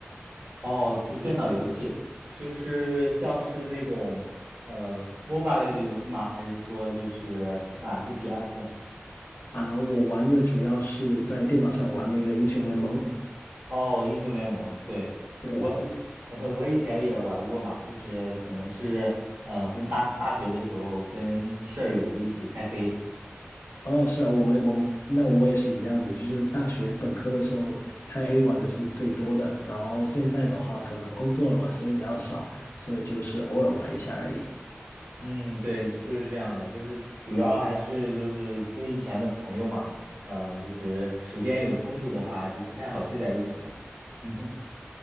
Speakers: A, on the right; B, on the left.
A: 哦，就电脑游戏，就是像是那种呃 MOBA 类的游戏吗？还是说就是呃 FPS？
B: 啊，我玩的主要是在电脑上玩那个英雄联盟。
A: 哦，英雄联盟，对，
B: 对，
A: 我 <laughs> 呃我以前也玩过嘛，就是可能是呃跟大大学的时候跟舍友一起开黑，
B: 哦，是啊，我们我们那我也是一样的，就是大学本科的时候开黑玩的是最多的，然后现在的话可能工作了嘛，时间比较少，所以就是偶尔玩一下而已。
A: 嗯，对，就是这样的，就是主主要还是就是跟以前的朋友嘛，嗯、就是时间有冲突的话，就不太好聚在一起了。<laughs>